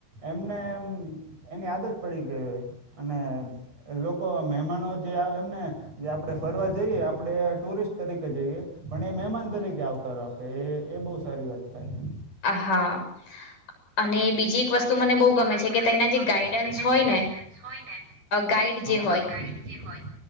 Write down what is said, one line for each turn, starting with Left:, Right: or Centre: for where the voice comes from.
Right: એમને એમ એની આદત પડી ગઈ હોય અને એ લોકો મહેમાનો જે આવે એમને જે આપણે ફરવા જઈએ આપણે ટુરિસ્ટ તરીકે જઈએ પણ એ મહેમાન તરીકે આવકારો આપે એ બહુ સારી વાત થાય
Left: હા અને બીજી એક વસ્તુ
Right: અને
Left: મને
Right: બીજી
Left: બહુ ગમે
Right: એક વસ્તુ
Left: છે
Right: મને
Left: કે તેના
Right: બહુ ગમે
Left: જે ગાઈડન્સ
Right: છે કે તાના
Left: હોય
Right: જે ગાઈડન્સ
Left: ને
Right: હોય ને
Left: ગાઈડ જે
Right: હ
Left: હોય
Right: ગાઈડ જે હોય